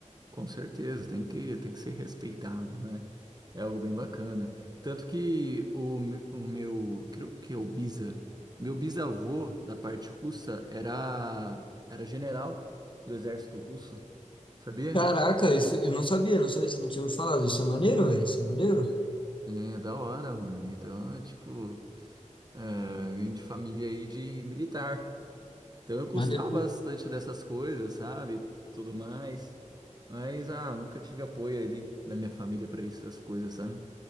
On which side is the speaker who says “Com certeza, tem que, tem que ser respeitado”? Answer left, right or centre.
Right